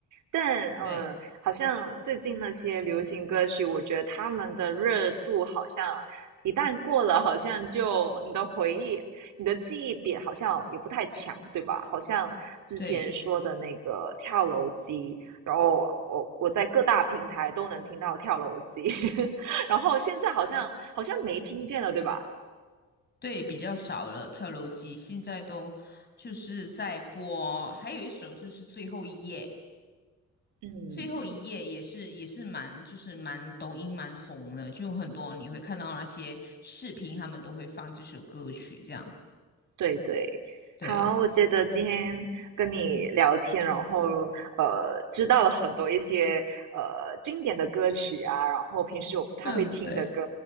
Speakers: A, on the right; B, on the left.
A: 但嗯，
B: 对
A: 呃好像最近那些流行歌曲，我觉得他们的热度好像一旦过了，好像就你的回忆、你的记忆点好像也不太强，对吧？好像之前说的那个跳楼机，
B: 对
A: 然后我我在各大平台都能听到跳楼机，<laughs> 然后现在好像好像没听见了，对吧？
B: 对，比较少了。跳楼机现在都就是在播，还有一首就是《最后一页》。
A: 嗯
B: 最后一页也是也是蛮就是蛮抖音蛮红的，就很多你会看到那些视频，他们都会放这首歌曲，这样
A: 对对，
B: 对。
A: 好，我觉得今天跟你聊天，然后呃，知道了很多一些呃经典的歌曲啊，然后平时我不太会听的歌，
B: 嗯，对，